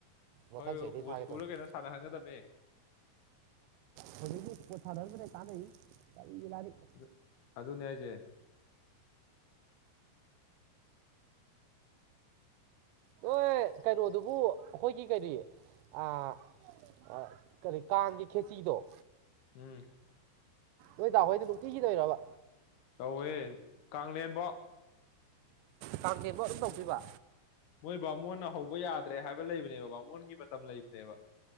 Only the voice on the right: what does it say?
ꯃꯊꯪ
ꯆꯍꯤꯗꯩ ꯊꯥꯒꯦ
ꯇꯧꯅꯤ
ꯊꯣꯔꯗꯤ ꯄꯣꯊꯥꯙꯔꯃꯅꯦ ꯀꯥꯟꯅ ꯀꯔꯤꯒꯤ ꯂꯥꯅꯤ <unintelligible>
ꯅꯣꯏ ꯀꯩꯅꯣꯗꯨꯕꯨ ꯑꯩꯈꯣꯏꯒꯤ ꯀꯔꯤ ꯑꯥ ꯑ ꯀꯔꯤ ꯀꯥꯡꯒꯤ ꯈꯦꯆꯤꯗꯣ--꯫
ꯅꯣꯏ ꯗꯥꯍꯣꯏꯗ ꯅꯨꯡꯇꯤꯒꯤ ꯇꯧꯋꯤꯔꯕ
ꯀꯥꯡꯂꯦꯟ ꯕꯣ ꯑꯗꯨꯝ ꯇꯧꯗꯣꯏꯕ